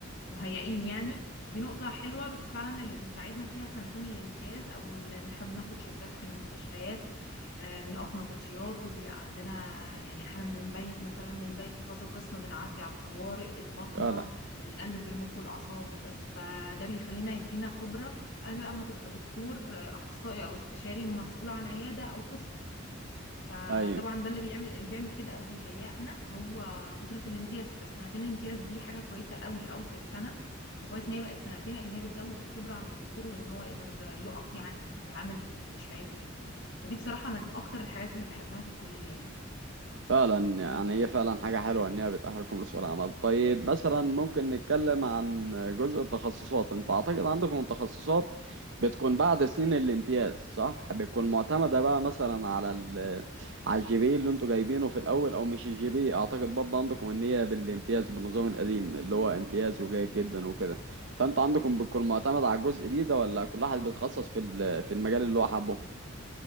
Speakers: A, on the left (about 60°); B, on the right (about 65°).
A: مهيئين يعني دي نقطة حلوة بس فعلا اللي بيساعدنا فيها سنتين الامتياز أو ال- إن احنا بناخد شيفتات في المستشفيات آه، بنقف نبطشيات وبيبقى عندنا يعني أحيانا بنبيت مثلا بنبيت في كذا قسم بنعدي على الطوارئ الباطنة
B: فعلا
A: القلب المخ والأعصاب فده بيخلينا يدينا خبرة قبل بقى ما تبقى دكتور آه، أخصائي أو استشاري مسؤول عن عيادة أو قسم فطبعا
B: أيوه
A: ده اللي بيعمل اللي بيعمل كده او بيهيئنا هو فتره الامتياز فسنتين الامتياز دي حاجه كويسه قوي الاول كانت سنه فكويس ان هي بقت سنتين لان هي بتزود الخبره عند الدكتور وان هو يقدر يقف يعني ويتعامل في المستشفيات وكده فدي بصراحه من اكتر الحاجات اللي بحبها في الكليه يعني
B: فعلا يعني هي فعلا حاجة حلوة إن هي بتأهلكم لسوق العمل طيب مثلا ممكن نتكلم عن جزء التخصصات أنتوا أعتقد عندكم التخصصات بتكون بعد سنين الامتياز صح؟ بتكون معتمدة بقى مثلا على ال على الجي بي إيه اللي أنتوا جايبينه في الأول أو مش الجي بي إيه. أعتقد برضه عندكم إن هي بالامتياز بالنظام القديم اللي هو امتياز وجيد جدا وكده فأنتوا عندكم بتكون معتمد على الجزء دي ده ولا كل واحد بيتخصص في ال- في المجال اللي هو حابه؟